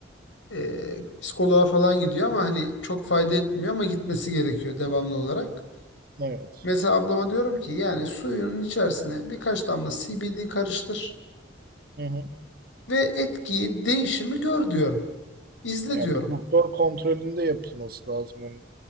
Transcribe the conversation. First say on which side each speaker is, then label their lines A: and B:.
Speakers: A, on the left; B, on the right.
A: e, psikoloğa falan gidiyor ama hani çok fayda etmiyor ama gitmesi gerekiyor devamlı olarak.
B: Evet.
A: Mesela ablama diyorum ki yani suyunun içerisine birkaç damla CBD karıştır
B: Hı hı.
A: ve etkiyi, değişimi gör diyorum. İzle
B: Yani
A: diyorum.
B: bir doktor kontrolünde yapılması lazım onun